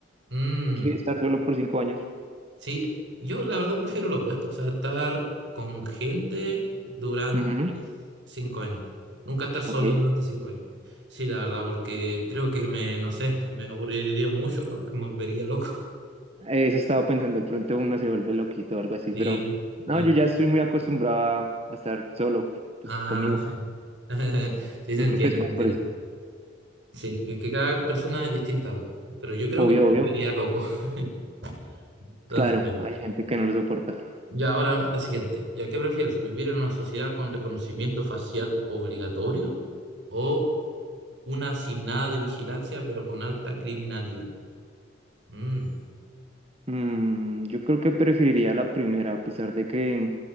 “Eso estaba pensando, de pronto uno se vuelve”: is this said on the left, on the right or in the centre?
Right